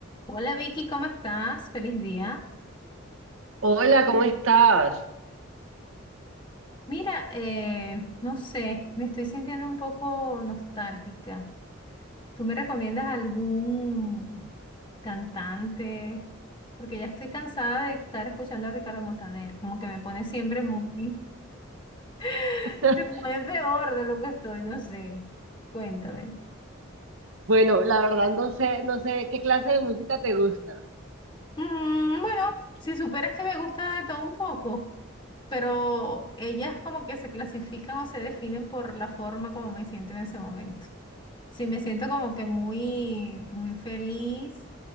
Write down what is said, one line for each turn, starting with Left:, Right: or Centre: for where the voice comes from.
Left: Hola Vicky, ¿cómo estás? Feliz día.
Right: Hola, ¿cómo estás?
Left: Mira, eh, no sé, me estoy sintiendo un poco nostálgica. ¿Tú me recomiendas algún cantante? Porque ya estoy cansada de estar escuchando a Ricardo Montaner, como que me pone siempre muy... <laughs>
Right: <laughs>
Left: me pone peor de lo que estoy, no sé. Cuéntame.
Right: Bueno, la verdad no sé, no sé qué clase de música te gusta.
Left: Mm, bueno, si superas que me gusta de todo un poco. pero ellas como que se clasifican o se definen por la forma como me siento en ese momento. Si me siento como que muy, muy feliz,